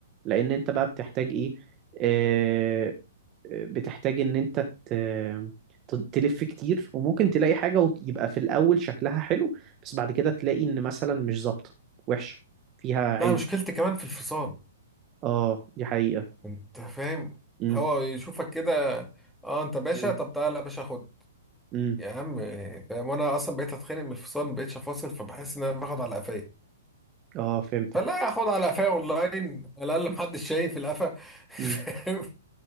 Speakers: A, on the right; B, in the centre.
A: لان انت بقى بتحتاج ايه آه، آه، بتحتاج ان انت ت- ت- تلف كتير وممكن تلاقي حاجة ويبقى في الاول شكلها حلو بس بعد كده تلاقي ان مثلا مش ظابطة وحشة فيها عيب
B: لا مشكلتي كمان في الفصال
A: اه دي حقيقة
B: انت فاهم
A: امم
B: هو يشوفك كده اه انت باشا
A: امم
B: طب تعالى يا باشا خد
A: امم
B: يا عم فاهم وانا اصلا بقيت اتخانق من الفصال ما بقيتش افاصل فبحس ان انا باخد على قفايا
A: اه فهمتك
B: فلا اخد على قفايا اونلاين على الاقل محدش شايف القفا <laughs>
A: امم
B: فاهم